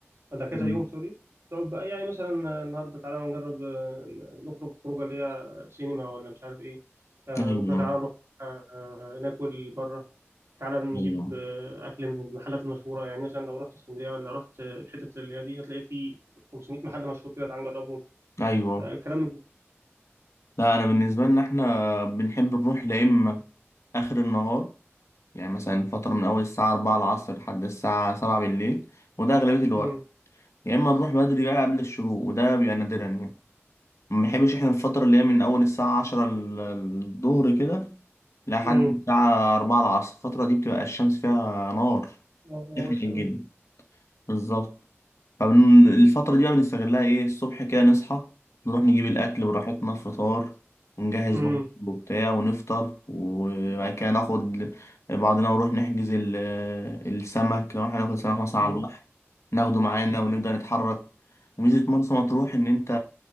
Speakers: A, on the right; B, on the left.
A: ولا كذا
B: مم.
A: يوم سوري تقعد بقى يعني مثلا النهارده تعالى نجرب آه، نخرج خروجه اللي هي سينما ولا مش عارف ايه آه،
B: أيوه
A: بكره تعالى نروح آه، آه، ناكل بره تعالى نجيب
B: أيوه
A: آه، اكل من المحلات المشهوره يعني مثلا لو رحت اسكندريه ولا رحت آه، الحتت اللي هي دي هتلاقي في 500 محل مشهور كده تعالى نجربهم
B: أيوه
A: آه، كلام من ده
B: لا أنا بالنسبة لنا إحنا بنحب نروح لا إما آخر النهار يعني مثلا فترة من أول الساعة أربعة العصر لحد الساعة سبعة بالليل وده أغلبية الوقت
A: امم
B: يا إما نروح بدري بقى قبل الشروق وده بيبقى نادرا يعني ما بنحبش إحنا الفترة اللي هي من أول الساعة عشرة ال- الظهر كده لحد
A: امم
B: الساعة أربعة العصر الفترة دي بتبقى الشمس فيها نار
A: اه آه،
B: إحنا
A: وحش
B: الجن
A: قوي
B: بالظبط فالفترة دي بقى بنستغلها إيه الصبح كده نصحى نروح نجيب الأكل براحتنا فطار ونجهز
A: امم
B: برضه وبتاع ونفطر وبعد كده ناخد بعضنا ونروح نحجز ال- آه، السمك لو احنا هناكل سمك مثلا
A: امم
B: على البحر ناخده معانا ونبدأ نتحرك وميزة مرسى مطروح إن أنت